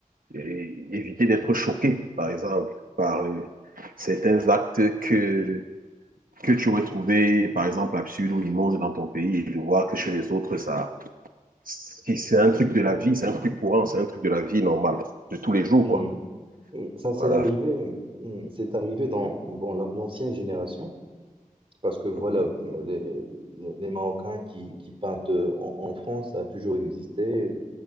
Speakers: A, on the right; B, on the right.
A: et éviter d'être choqué, par exemple, par euh, certains actes que, que tu aurais trouvé, par exemple, absurdes ou immondes dans ton pays, et de voir que chez les autres, ça, c'est c'est un truc de la vie, c'est un truc courant, c'est un truc de la vie normale, de tous les jours,
B: Hmm.
A: quoi.
B: Et Ça c'est
A: Voilà.
B: arrivé, hmm, c'est arrivé dans bon, la- l'ancienne génération, parce que voilà,
A: Mhm.
B: les, les Marocains qui, qui partent euh, en, en France, ça a toujours existé,